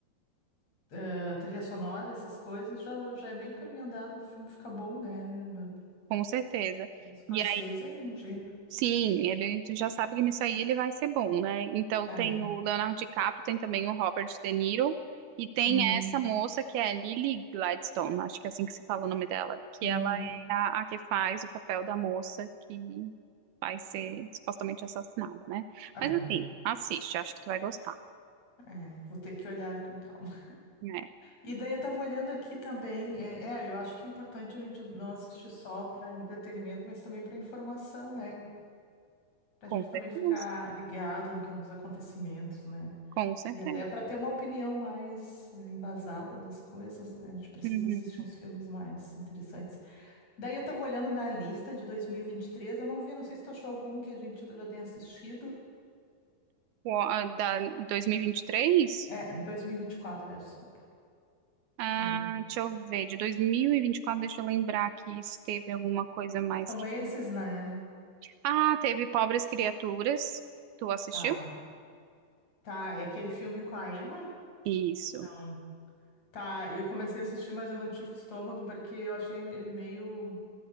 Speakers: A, on the left; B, on the right.
A: eh, trilha sonora, essas coisas, já, já é meio caminho andado do filme ficar bom, né? Mas
B: com certeza.
A: Scorsese
B: E
A: é um gênio.
B: Sim, ele tu já sabe que nisso aí ele vai ser bom, né? Então
A: É.
B: tem o Leonardo DiCaprio, tem também o Robert De Niro e tem
A: Hum,
B: essa moça que é a Lily Gladstone, acho que é assim que se fala o nome dela, que
A: uhum,
B: ela é a, a que faz o papel da moça que vai ser supostamente assassinada, né?
A: aham.
B: Mas assim, assiste, acho que tu vai gostar,
A: É, vou ter que olhar com calma.
B: né?
A: E daí eu tava olhando aqui também. É, é, eu acho que é importante a gente não assistir só para entretenimento, mas também para informação, né? Para
B: Com
A: a gente
B: certeza,
A: também ficar ligado no que nos acontecimentos, né?
B: com certeza.
A: E até para ter uma opinião mais eh, embasada das coisas, né? A gente precisa
B: Uhum.
A: assistir uns filmes mais interessantes. Daí eu tava olhando na lista de 2023, eu não vi, não sei se tu achou algum que a gente já tenha assistido.
B: O- a- Da 2023?
A: É, 2024, né? Desculpa.
B: Ah,
A: É.
B: deixa eu ver, de 2024. deixa eu lembrar que se teve alguma coisa mais
A: São
B: que.
A: esses, né?
B: Ah, teve Pobres Criaturas. Tu assistiu?
A: Ah, tá. É aquele filme com a Emma?
B: Isso.
A: Não. Tá, eu comecei a assistir, mas eu não tive estômago porque eu achei ele meio.